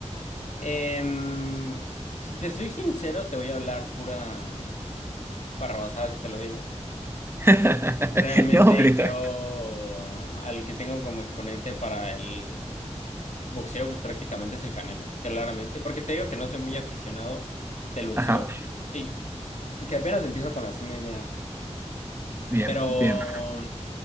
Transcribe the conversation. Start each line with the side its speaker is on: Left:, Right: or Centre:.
Left: Em, si te soy sincero, te voy a hablar pura barrabasada si te lo digo.
Right: <laughs>
Left: Realmente
Right: No, pero está.
Left: yo al que tengo como exponente para el boxeo, pues prácticamente es el Canelo, claramente. Porque te digo que no soy muy aficionado del boxeo.
Right: Ajá,
Left: Y que apenas empiezo con las MMA.
Right: bien,
Left: Pero,
Right: bien.